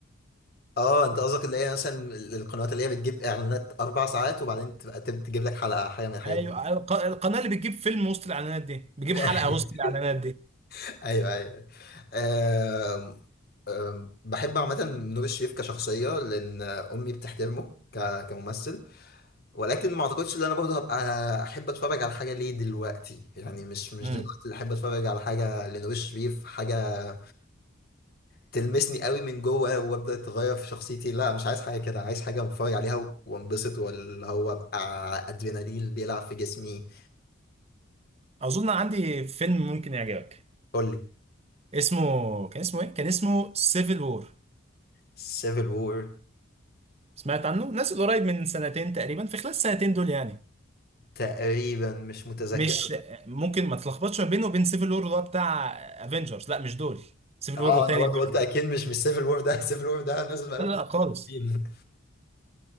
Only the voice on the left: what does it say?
اه انت قصدك اللي هي مثلا ال- القنوات اللي هي بتجيب اعلانات اربع ساعات وبعدين تبقى تب- تجيب لك حلقه حاجه من الحاجات
دي
<laughs>
ايوه ايوه آم، آم، بحب عامه نور الشريف كشخصيه لان امي بتحترمه ك- كممثل ولكن ما اعتقدش ان انا برضه هبقى احب اتفرج على حاجه ليه دلوقتي يعني مش مش
دلوقتي اللي احب اتفرج على حاجه لنور الشريف حاجه تلمسني قوي من جوه وابدا اتغير في شخصيتي لا مش عايز حاجه كده عايز حاجه اتفرج عليها و- وانبسط واللي هو ابقى ادرينالين بيلعب في جسمي
قول لي
سيفل وور
تقريبا مش متذكر
اه
انا
برضه
قلت اكيد مش مش سيفل وور ده <laughs> سيفل وور ده نازل بقاله
بتاع
30.